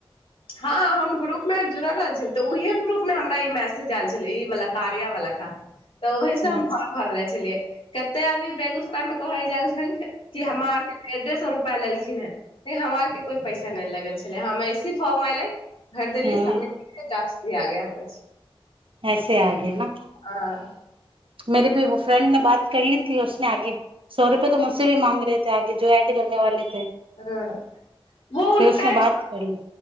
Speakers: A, on the left; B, on the right.
A: हँ हम ग्रुप मे जुड़ल रहल छल तऽ उहे ग्रुप मे हमरा ई मैसेज आयल छलै ई वाला कार्य वला के तऽ ओहीसँ हम
B: अच्छा
A: फर्म भर ले छलियै कते आदमी बेगूसराय मे कह ह जालखंडकें कजे हमराररके डढ़ डेढ़ सए रुप पाय लेलखिन हे लेकिन हमरा आर के कोइ पैसा नहि लगल छलै हम ऐसे फर्म अलय भर देलियए
B: हम्म
A: समिट टास्क आ गय बछ
B: ऐसे आगे ने
A: हँ
B: मेेरी भी फ्रेंड ने बात कर लीी उसने आगे सए रुपे त मु से भ माँग रहेथे आगे जो ऐड करने वालेे
A: हँ व उ
B: उसने
A: एक
B: बात कर ली